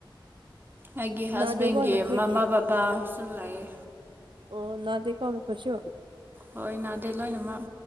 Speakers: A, on the right; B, on the right.
A: ꯑꯩꯒꯤ ꯍꯁꯕꯦꯟꯒꯤ
B: ꯅꯥꯗꯦꯀꯣ ꯅꯈꯣꯏꯒꯤ
A: ꯃꯃꯥ ꯕꯕꯥꯁꯨ ꯂꯩꯥꯑꯦ
B: ꯑꯣ ꯅꯗꯦꯀꯣ ꯃꯈꯣꯏꯁꯨ
A: ꯍꯣꯏ ꯅꯥꯗꯦ ꯂꯣꯏꯅꯃꯛ